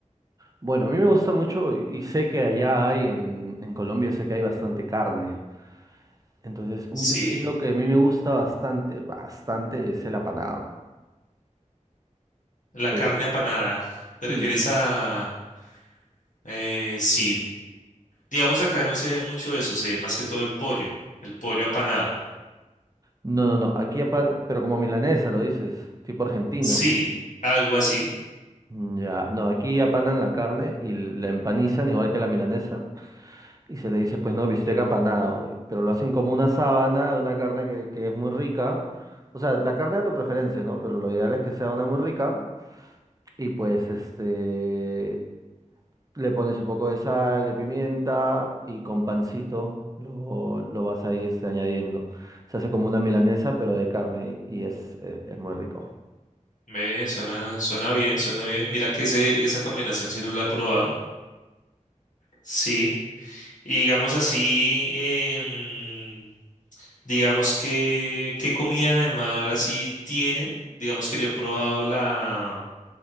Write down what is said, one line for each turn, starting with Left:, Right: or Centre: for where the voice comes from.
Right: Bueno, a mí me gusta mucho y, y sé que allá hay, en, en Colombia sé que hay bastante carne. Entonces, un
Left: Sí,
Right: platillo que a mí me gusta bastante, bastante es el apanado.
Left: la
Right: Eh,
Left: carne apanada. ¿Te
Right: sí,
Left: refieres a...? eh, sí. Digamos acá no se ve mucho eso, se ve más que todo el pollo, el pollo apanado.
Right: no, no, no, aquí apan, pero como milanesa lo dices, tipo argentino.
Left: Sí, algo así.
Right: Mm, Ya, no, aquí apanan la carne y la empanizan igual que la milanesa y se le dice, pues no, bistec apanado, y- pero lo hacen como una sábana de una carne que, que es muy rica. O sea, la carne a tu preferencia, ¿no? Pero lo ideal es que sea una muy rica Y pues este le pones un poco de sal, de pimienta y con pancito lo, lo vas ahí este, añadiendo. Se hace como una milanesa, pero de carne y, y es, es, es muy rico.
Left: Me suena, suena bien, suena bien. Mira que ese, esa combinación sí no la he probado. Sí. Y digamos así, em, digamos que qué comida de mar así tienen. Digamos que yo he probado la,